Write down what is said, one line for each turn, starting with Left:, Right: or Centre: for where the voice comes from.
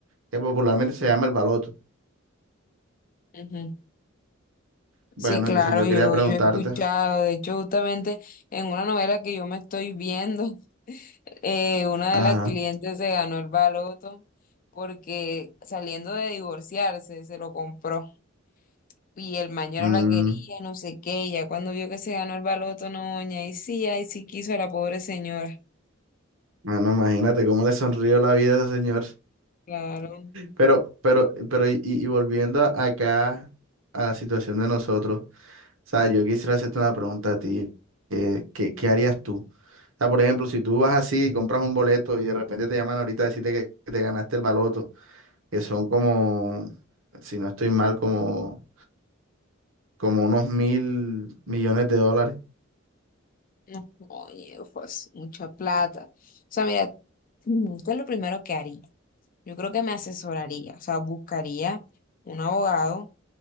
Right: que popularmente se llama el baloto.
Left: ujú.
Right: Bueno,
Left: Sí, claro,
Right: entonces yo
Left: yo,
Right: quería preguntarte,
Left: yo he escuchado, de hecho, justamente en una novela que yo me estoy viendo, <laughs> eh, una
Right: ajá,
Left: de las clientes se ganó el baloto porque saliendo de divorciarse, se lo compró. y el mañana
Right: mm,
Left: la quería, no sé qué, y ya cuando vio que se ganó el baloto, no, doña, y sí, ay sí quiso a la pobre señora,
Right: bueno, imagínate cómo le sonrió la vida a ese señor.
Left: claro,
Right: Pero, pero, pero, y, y volviendo acá a la situación de nosotros. O sea, yo quisiera hacerte una pregunta a ti. eh, ¿qué, qué harías tú? O sea, por ejemplo, si tú vas así y compras un boleto y de repente te llaman ahorita a decirte que, que te ganaste el baloto, que son como, si no estoy mal, como, como unos mil millones de dólares.
Left: no, oye, pues, mucha plata, o sea, mira, mm, ¿qué es lo primero que haría? Yo creo que me asesoraría, o sea, buscaría un abogado,